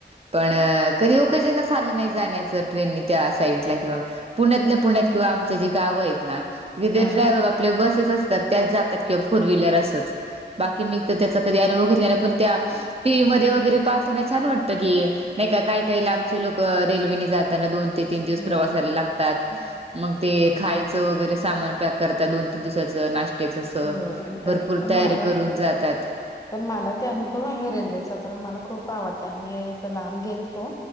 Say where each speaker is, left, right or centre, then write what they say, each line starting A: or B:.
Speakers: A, on the right (about 35°); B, on the left (about 15°).
A: पण अ कधी ओकेजनच आल ना नाई जाण्याच ट्रेन त्या साईडला किंवा पुण्यातल्या पुण्यात किंवा आमचे जे गाव आहेत ना. विदा
B: हा.
A: ट्रॅव्ह आपले बसेस असतात त्याच जात्यात. किवा फोर व्हिव्लर असच बाकी मी त त्याचा कधी अनुभव घेतला नाही पण त्या टी व्ही मध्ये वगैरे पाहताना छान वाटतं की नाही का काही काही लांबचे लोक रेल्वेने जाताना दोन ते तीन दिवस
B: हो
A: प्रवासाला लागतात मग ते
B: हो
A: खाय चं वगैरे सामान पॅक करता दोन तीन दिवसाचं नाश्त त्याच अस
B: हो नंतर
A: भरपूर तयारी
B: माझा
A: करून जातात.
B: तर मला ते अनुभव आहे रेल्वेचा तर मला खूप आवडत्या मी असं लांब गेल तो